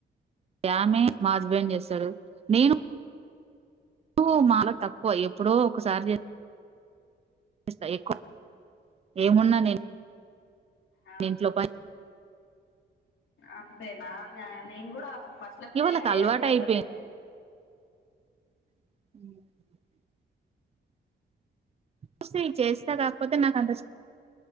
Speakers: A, on the right; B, on the left.
A: ఆమే, మా హస్బెండ్ చేస్తడు. నేను <inaudible> లా తక్కువ ఎప్పుడో ఒకసారి చే పిస్తా ఎక్కువ ఏమున్నా నేను
B: ఆ
A: ఇంట్లో పని
B: అంతేనా ఆ నేను కూడా అసలు ఫస్ట్ల కుకింగ్
A: ఇగ వాళ్ళకి
B: చేయకపోతుండే.
A: అలవాటు అయిపోయింది <inaudible> చూసి చేస్తా కాక్పోతే నాకు అంతా